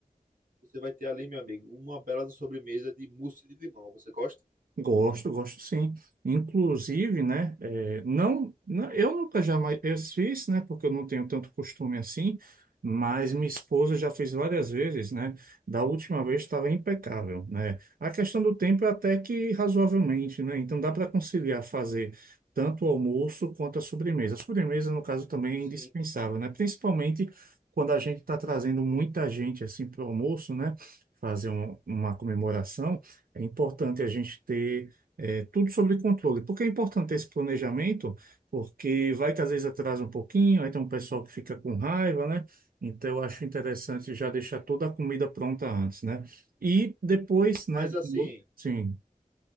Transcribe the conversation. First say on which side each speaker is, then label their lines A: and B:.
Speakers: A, on the right (about 70°); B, on the right (about 85°).
A: você vai ter ali, meu amigo, uma bela sobremesa de mousse de limão. Você gosta?
B: Gosto, gosto sim. Inclusive, né, é, não, não- eu nunca jamais eu fiz, né, porque eu não tenho tanto costume assim, mas minha esposa já fez várias vezes, né, da última vez estava impecável, né. A questão do tempo é até que razoavelmente, né, então dá para conciliar fazer tanto o almoço quanto a sobremesa. A sobremesa, no caso, também
A: Sim,
B: é indispensável, né, principalmente quando a gente está trazendo muita gente, assim, para o almoço, né, fazer um- uma comemoração, é importante a gente ter eh, tudo sobre controle. Por que é importante esse planejamento? Porque vai que às vezes atrasa um pouquinho, aí tem um pessoal que fica com raiva, né? Então eu acho interessante
A: sim.
B: já deixar toda a comida pronta antes, né? E depois, né?
A: Mas assim,
B: Sim,